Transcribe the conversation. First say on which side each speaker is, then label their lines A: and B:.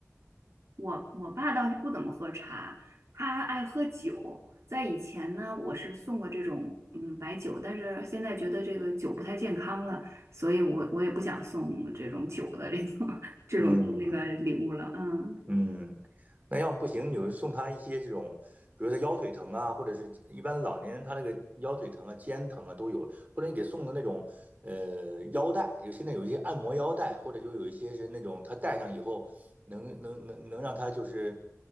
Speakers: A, on the right (about 65°); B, on the right (about 35°).
A: 我我爸倒是不怎么喝茶，他爱喝酒。在以前呢，我是送过这种嗯白酒，但是现在觉得这个酒不太健康了，所以我我也不想送这种酒的这种 <laughs> 这种当那个礼物了。
B: 嗯。
A: 嗯。
B: 嗯，那要不行，你就送他一些这种，比如他腰腿疼啊，或者是一般老年人他那个腰腿疼啊、肩疼啊都有，或者你给送的那种呃腰带，有现在有一些按摩腰带，或者就有一些是那种他戴上以后能能能能让他就是